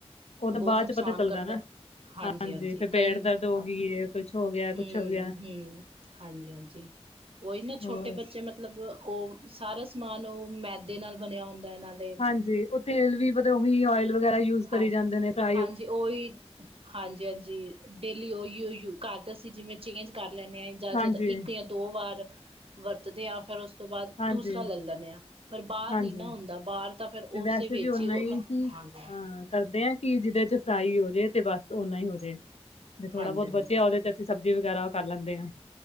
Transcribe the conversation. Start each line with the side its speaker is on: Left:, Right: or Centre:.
Left: ਉਹ
Right: ਬਹੁਤ
Left: ਤਾਂ ਬਾਅਦ
Right: ਨੁਕਸਾਨ
Left: ਚ ਪਤਾ ਚੱਲਦਾ
Right: ਕਰਦਾ।
Left: ਨਾ
Right: ਹਾਂਜੀ-ਹਾਂਜੀ
Left: ਹਾਂਜੀ ਫਿਰ
Right: ਕਈ
Left: ਪੇਟ ਦਰਦ ਹੋ
Right: ਹਾਂਜੀ
Left: ਗਈ ਏ, ਕੁਛ ਹੋ ਗਿਆ ਕੁਛ
Right: ਹੂੰ
Left: ਹੋ ਗਿਆ
Right: ਹੂੰ ਹਾਂਜੀ-ਹਾਂਜੀ। ਉਹੀ ਨਾ ਛੋਟੇ
Left: ਹੋਰ
Right: ਬੱਚੇ ਮਤਲਬ ਉਹ ਸਾਰਾ ਸਮਾਨ ਉਹ ਮੈਦੇ ਨਾਲ ਬਣਿਆ ਹੁੰਦਾ ਇਹ ਨਾਲ-
Left: ਹਾਂਜੀ ਉਹ ਤੇਲ ਵੀ ਉਹੀ ਓਇਲ ਵਗੈਰਾ ਯੂਜ ਕਰੀ
Right: ਹਾਂਜੀ,
Left: ਜਾਂਦੇ ਨੇ ਤਾਂ
Right: ਹਾਂਜੀ ਉਹੀ, ਹਾਂਜੀ-ਹਾਂਜੀ। ਜੀ, ਡੇਲੀ ਉਹ ਯ ਕਰਦਾ ਅਸੀ ਜਿਵੇਂ ਚੇਂਜ ਕਰ ਲੈਂਨੇ ਆ ਜਾਦਾ
Left: ਹਾਂਜੀ
Right: ਜਾਦਾ ਇੱਕ ਜਾਂ ਦੋ ਵਾਰ, ਵਰਤਦੇ ਆ ਫਿਰ ਉਸ ਤੋਂ ਉਸ ਤੋਂ ਬਾਅਦ
Left: ਹਾਂਜੀ
Right: ਦੂਸਰਾ ਲੈ ਲੈਨੇ ਹਾਂ, ਪਰ ਬਾਹਰ
Left: ਹਾਂਜੀ
Right: ਨੀ ਨਾ ਹੁੰਦਾ ਬਾਹਰ ਤਾਂ ਫਿਰ
Left: ਤੇ
Right: ਉਸੇ
Left: ਵੈਸੇ
Right: ਵਿੱਚ
Left: ਵੀ ਓਨਾ
Right: ਈ ਉਹ
Left: ਹੀ
Right: <unintelligible>
Left: ਹੀ ਕਰਦੇ ਹਾਂ ਕਿ ਜਿਹਦੇ 'ਚ ਫਰਾਈ ਹੋਜੇ ਤੇ ਬਸ ਓਨਾ ਹੀ ਹੋਜੇ, ਜੇ ਥੋੜਾ
Right: ਹਾਂਜੀ,
Left: ਬਹੁਤ
Right: ਹਾਂਜੀ
Left: ਬਚਿਆ ਉਹਦੇ ਚ ਸਬਜ਼ੀ ਵਗੈਰਾ ਉਹ ਕਰ ਲੈਂਦੇ ਆ।